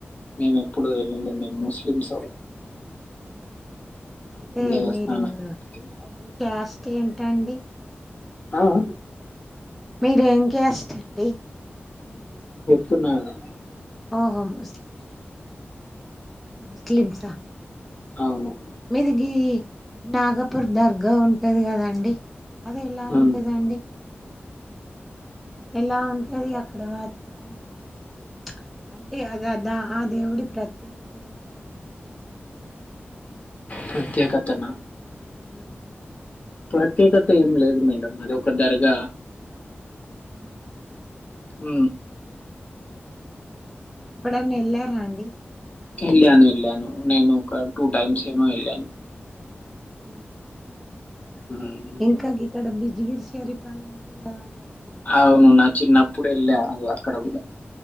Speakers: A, on the left; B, in the centre.
A: మేము ఎప్పుడు వెళ్ళలే మేము ముస్లిమ్సు
B: అంటే
A: దేవస్థానాలకు
B: మీరు
A: తెలియదు
B: మీ క్యాస్ట్ ఏంటండి
A: ఆ ఆ
B: మీరేం కాస్ట్ అండీ
A: తిన్నార
B: ఓహో ముస్ ముస్లిమ్సా
A: అవును
B: మీది నీ నాగపూర్ దర్గా ఉన్ లేదు కదండి అదే ఎలా
A: ఉమ్.
B: ఉంటదండి ఎలా ఉంటది అక్కడ వాతావరణం ప్చ్ అంటే అది దా ఆ దేవుడి ప్రత్యేకత ఏంటండి
A: ప్రత్యేకతన
B: ఉ
A: ప్రత్యేకత ఏం లేదు మేడమ్ అది ఒక దర్గా
B: ఉ
A: ఊ
B: ఎప్పుడన్న ఎళ్ళారా అండి
A: వెళ్ళాను వెళ్ళాను నేను ఒక టూ టైమ్స్ ఏమో వెళ్ళాను
B: ఊ
A: ఉమ్.
B: ఇంకా గిక్కడ బిజిగిరి షరిప్ అని ఉంటది కదండి అట్
A: అవును నా చిన్నపుడు ఎల్ల అక్కడ కూడా